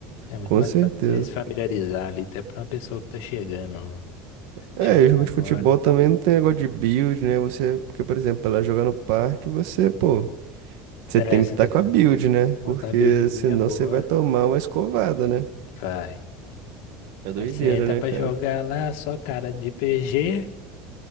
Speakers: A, on the left (about 75°); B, on the right (about 75°).
A: É muito
B: Com
A: mais
B: certeza.
A: fácil você se familiarizar ali, até pra uma pessoa que tá chegando,
B: É,
A: chegando
B: e jogo
A: agora.
B: de futebol também não tem negócio de build, né? Você, porque, por exemplo, ela jogar no parque, você, pô, você
A: É,
B: tem
A: você
B: que estar
A: tem que
B: com a build, né?
A: montar
B: Porque
A: uma buildzinha
B: senão
A: boa.
B: você vai tomar uma escovada, né?
A: Vai.
B: É doideira,
A: Aí você entra
B: né,
A: pra
B: cara?
A: jogar lá, só cara de PG,